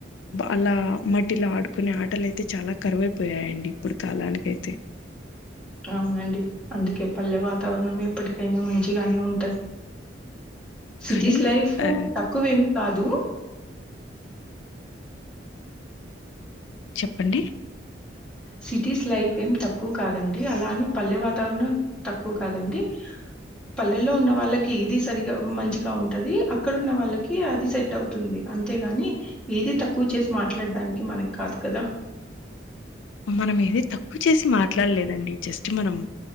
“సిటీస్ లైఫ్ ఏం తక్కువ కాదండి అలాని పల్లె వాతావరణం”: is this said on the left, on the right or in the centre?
Centre